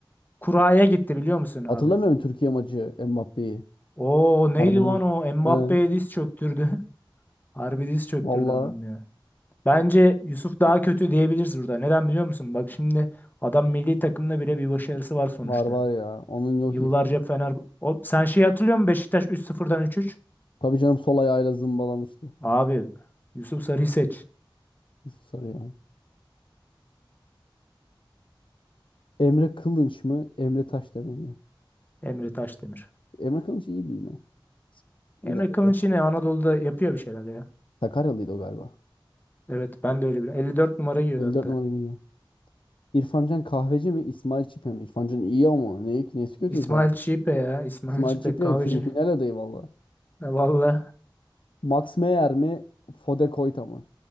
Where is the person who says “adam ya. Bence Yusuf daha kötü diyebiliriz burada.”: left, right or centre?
Left